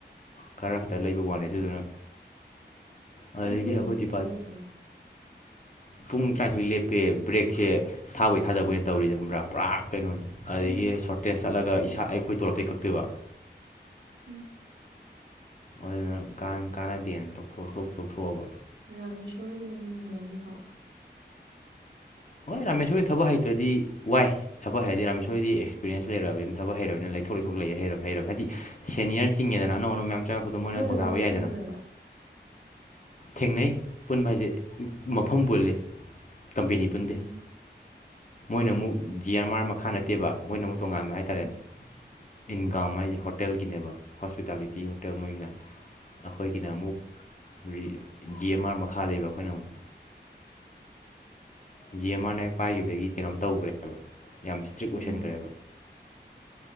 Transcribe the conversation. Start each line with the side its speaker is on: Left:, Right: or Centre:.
Left: ꯈꯔ ꯈꯛꯇ ꯂꯩꯕ ꯋꯥꯅꯤ ꯑꯗꯨꯗꯨꯅ ꯑꯗꯨꯗꯒꯤ
Right: ꯑꯗꯨ ꯑꯣꯏꯅ
Left: ꯑꯩꯈꯣꯏ
Right: ꯑꯗꯨꯝ
Left: ꯗꯤꯄꯥ
Right: ꯇꯧ ꯌꯥꯗ꯭ꯔꯣ
Left: ꯄꯨꯡ ꯇꯔꯥꯅꯤꯊꯣꯏ ꯂꯦꯞ ꯄꯦ ꯕ꯭ꯔꯦꯛꯁꯦ ꯊꯥꯕꯣꯏ ꯊꯥꯗꯕꯣꯏꯅꯦ ꯇꯧꯔꯤꯁꯦ ꯈꯪꯕ꯭ꯔꯥ ꯄꯨꯔꯥ ꯀꯩꯅꯣꯅꯤ ꯑꯗꯒꯤ
Right: ꯑꯣ
Left: ꯁꯣꯔꯇꯦꯖ ꯆꯠꯂꯒ ꯏꯁꯥ ꯑ ꯑꯩꯈꯣꯏ ꯇꯣꯂꯣꯞꯇꯩ ꯀꯛꯇꯣꯏꯕ
Right: ꯎꯝ
Left: ꯑꯗꯨꯅ ꯀꯥꯟ ꯀꯥꯅꯗꯦꯅ ꯇꯣꯛꯊꯣꯛ ꯇꯣꯛꯊꯣꯛꯑꯕ
Right: ꯔꯥꯃꯦꯁꯣꯔꯍꯣꯏꯒꯤꯅ ꯑꯃꯨꯛ ꯅꯨꯡꯉꯥꯏꯅꯤ ꯑꯥ
Left: ꯍꯣꯏ ꯔꯥꯃꯦꯁꯣꯔꯍꯣꯏꯒꯤ ꯊꯕꯛ ꯍꯩꯇ꯭ꯔꯗꯤ ꯋꯥꯏ ꯊꯕꯛ ꯍꯩꯔꯗꯤ ꯔꯥꯃꯦꯁꯣꯔꯍꯣꯏꯗꯤ ꯑꯦꯛꯁꯄꯤꯔꯦꯟꯁ ꯂꯩꯛꯑꯕꯅꯤꯅ ꯊꯕꯛ ꯍꯩꯔꯕꯅ ꯂꯩꯊꯣꯛ ꯂꯩꯊꯣꯛ ꯂꯩ ꯍꯩꯔ ꯍꯩꯔꯕ ꯍꯥꯏꯗꯤ ꯁꯦꯅꯤꯌꯔ ꯆꯤꯡꯉꯦꯗꯅ ꯑꯅꯧ ꯑꯅꯧꯕ ꯃꯌꯥꯝ ꯆꯪꯉꯛꯄꯗꯣ ꯃꯣꯏꯅ
Right: ꯃꯣꯏꯒ
Left: ꯊꯧꯗꯥꯕ
Right: ꯅꯣꯏꯒ
Left: ꯌꯥꯏꯗꯅ
Right: ꯄꯨꯟꯕ꯭ꯔꯕ
Left: ꯊꯦꯡꯅꯩ ꯄꯨꯟꯕ ꯍꯥꯏꯁꯦ ꯃꯐꯝ ꯄꯨꯜꯂꯤ ꯀꯝꯄꯤ ꯄꯨꯟꯗꯦ
Right: ꯎꯝ
Left: ꯃꯣꯏꯅ
Right: ꯎꯝ
Left: ꯑꯃꯨꯛ ꯖꯤ ꯑꯦꯝ ꯑꯥꯔ ꯃ ꯃꯥꯅꯗꯦꯕ ꯃꯣꯏꯅ ꯑꯃꯨꯛ ꯇꯣꯉꯥꯟꯕ ꯍꯥꯏꯇꯥꯔꯦ
Right: ꯎꯝ
Left: ꯏꯟꯒꯥꯝ ꯍꯥꯏꯁꯦ ꯍꯣꯇꯦꯜꯒꯤꯅꯦꯕ ꯍꯣꯁꯄꯤꯇꯥꯂꯤ ꯇꯤ ꯍꯣꯇꯦꯜ ꯃꯣꯏꯒꯤꯅ ꯑꯩꯈꯣꯏꯒꯤꯅ ꯑꯃꯨꯛ ꯔꯤ ꯖꯤ ꯑꯦꯝ ꯑꯥꯔ ꯃꯈꯥ ꯂꯩꯕ ꯑꯩꯈꯣꯏꯅ ꯑꯃꯨꯛ ꯖꯤ ꯑꯦꯝ ꯑꯥꯔꯅꯦ ꯄꯥꯏꯈꯤꯕꯗꯒꯤ ꯀꯩꯅꯣꯝ ꯇꯧꯈ꯭ꯔꯦ ꯌꯥꯝ ꯁꯇ꯭ꯔꯤꯛ ꯑꯣꯏꯁꯟꯒ꯭ꯔꯦꯕ
Right: ꯎꯝ